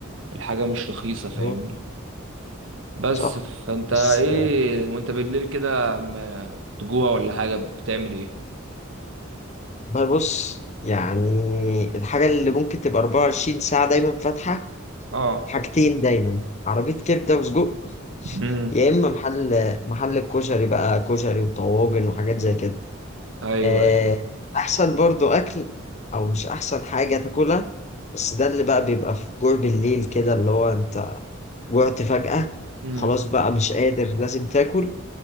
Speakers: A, on the right; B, on the left.
A: الحاجه مش رخيصه فاهمني
B: مم.
A: بس
B: صح
A: فانت
B: بس
A: ايه وانت بالليل كده اما تجوع ولا حاجه بتعمل ايه
B: والله بص يعني الحاجة اللي ممكن تبقى 24 ساعة دايما فاتحة
A: اه
B: حاجتين دايما عربية كبدة وسجق
A: امم
B: يا إما محل محل الكشري بقى كشري وطواجن وحاجات زي كده
A: ايوه
B: آه،
A: ايوه
B: أحسن برضو أكل أو مش أحسن حاجة تاكلها بس ده اللي بقى بيبقى في جوع بالليل كده اللي هو أنت جوعت فجأة
A: امم
B: خلاص بقى مش قادر لازم تاكل